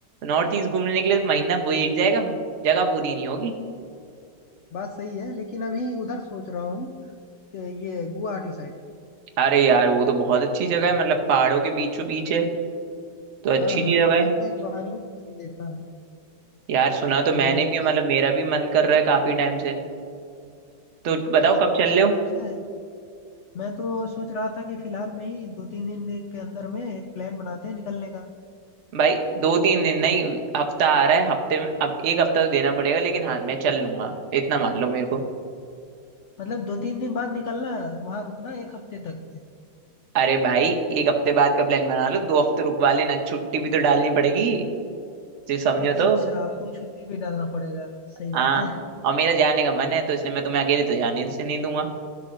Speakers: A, on the right; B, on the left.
A: नॉर्थ ईस्ट घूमने के लिए तो महीना बीत जाएगा जगह पूरी नहीं होगी
B: बात सही है लेकिन अभी उधर सोच रहा हूँ तो ये गुवाहाटी साइड
A: अरे यार वो तो बहुत अच्छी जगह है मतलब पहाड़ों के बीचों बीच है तो अच्छी
B: हाँ
A: सी
B: हाँ
A: जगह
B: उधर
A: है
B: का इन्वायरमेंट मैंने देखा है
A: यार सुना तो मैंने
B: वो
A: भी
B: क्या
A: है, मतलब मेरा भी मन कर रहा है काफी टाइम से तो बताओ
B: अरे
A: कब
B: तब
A: चल
B: तो बहुत
A: रहे हो
B: अच्छा है मैं तो सोच रहा था कि फिलहाल में ही दो तीन दिन के अंदर में एक प्लान बनाते हैं निकलने का
A: भाई दो तीन दिन नहीं हफ्ता आ रहा है हफ्ते में अब एक हफ्ता तो देना पड़ेगा लेकिन हाँ मैं चल लूंगा इतना मान लो मेरे को
B: मतलब दो तीन दिन बाद निकलना है और वहां रुकना एक हफ्ते तक है
A: अरे भाई एक हफ्ते बाद का प्लान बना लो दो हफ्ते रुकवा लेना छुट्टी भी तो डालनी पड़ेगी जो समझो
B: अच्छा
A: तो
B: अच्छा आपको छुट्टी भी डालना पड़ेगा सही
A: हाँ
B: बात है
A: और मेरा जाने का मन है तो इसलिए मैं तुम्हें अकेले तो जाने से नहीं दूंगा